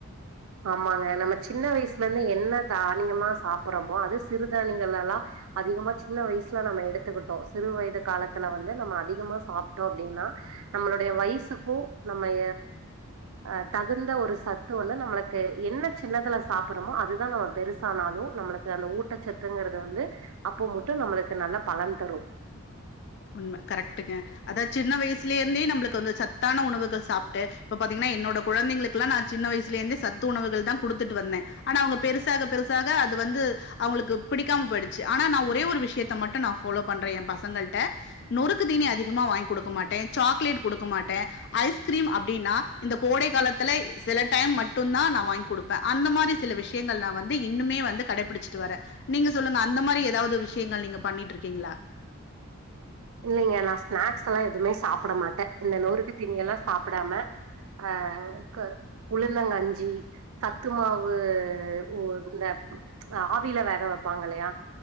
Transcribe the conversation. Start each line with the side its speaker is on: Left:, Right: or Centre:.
Right: ஆமாங்க நம்ம சின்ன வயசுல இருந்து என்ன தானியமா சாப்புறோமோ அது சிறுதானியங்கள் எல்லா அதிகமா சின்ன வயசுல நம்ம எடுத்துக்கிட்டோ சிறு வயது காலத்துல வந்து நம்ம அதிகமா சாப்ட்டோ அப்டின்னா நம்மளுடைய வயசுக்கும் நம்ம அ தகுந்த ஒரு சத்து வந்து நம்ம என்ன சின்னதுல சாப்புறமோ அதுதா நம்ம பெருசானாலு நம்மளுக்கு அந்த ஊட்டச்சத்துங்கறது வந்து அப்போ மட்டும் நம்மளுக்கு நல்லா பலன் தரு
Left: உண்ம கரெக்டுங்க அத சின்ன வயசுல இருந்தே நம்ளுக்கு வந்து சத்தான உணவுகள் சாப்ட்டு இப்ப பாத்தீங்கன்னா என்னோட குழந்தைங்களுக்கு இப்பல்லா நா சின்ன வயசுல இருந்தே சத்து உணவுகள் தா கொடுத்துட்டு வந்த ஆனா அவங்க பெருசாக பெருசாக அது வந்து அவங்களுக்கு பிடிக்காம போயிடுச்சு அவுங்களுக்கு பிடிக்காம போயிடுச்சி ஆனா நா ஒரே ஒரு விஷயத்த மட்டும் நா ஃபாலோ பண்ற எய பசங்கள்ட நொறுக்கு தீனி அதிகமா வாங்கிக் கொடுக்க மாட்ட சாக்லேட் கொடுக்க மாட்ட ஐஸ்கிரீம் அப்டின்னா இந்த கோடை காலத்துல சில டைம் மட்டும் தா நா வாங்கி் குடுப் அந்த மாரி சில விஷயங்கள் நா வந்து இன்னுமே வந்து கடைபிடிச்சிட்டு வர நீங்க சொல்லுங்க அந்த மாரி ஏதாது விஷயங்கள் நீங்க பண்ணிட்டு இருக்கீங்களா
Right: இல்லிங்க நா ஸ்நாக்ஸ்லா எதுமே சாப்ட மாட்ட இந்த நொறுக்கு தீனியெல்லா சாப்டாம அ க உளுந்தங்கஞ்சி சத்துமாவு உ இந்த ஆவில வேக வைப்பாங்க இல்லயா